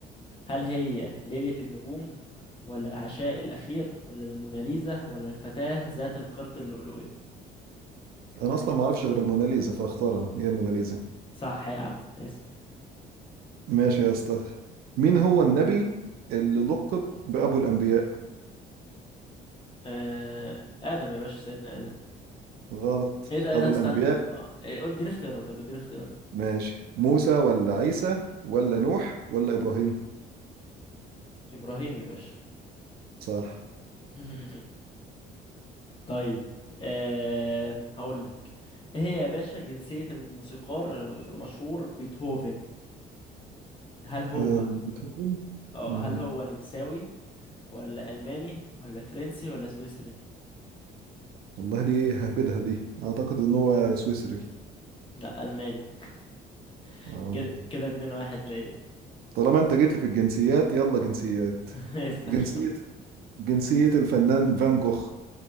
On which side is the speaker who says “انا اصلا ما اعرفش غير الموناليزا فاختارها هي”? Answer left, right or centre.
Right